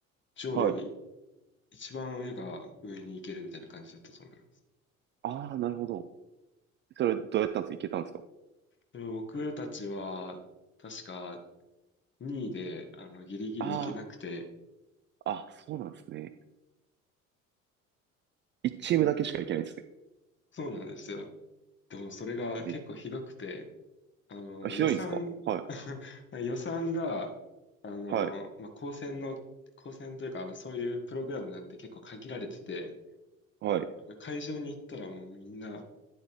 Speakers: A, on the left (about 30°); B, on the right (about 30°).
A: 上位、
B: はい。
A: 一番上が上に行けるみたいな感じだったと思います。
B: ああ、なるほど。それどうやったんですかいけたんですか
A: それ僕たちは確か2位であのギリギリ行けなくて、
B: あああ、そうなんですね。一チームだけしか行けないですね。
A: そうなんですよ。でもそれが結構ひどくて、
B: うん。
A: あの、
B: あ、ひどいんですかはい。
A: 予算、<laughs> 予算が、あの、
B: はい。
A: まあ、高専の、高専というか、あの、そういうプログラムなんで結構限られてて、
B: はい。
A: 会場に行ったらもうみんな、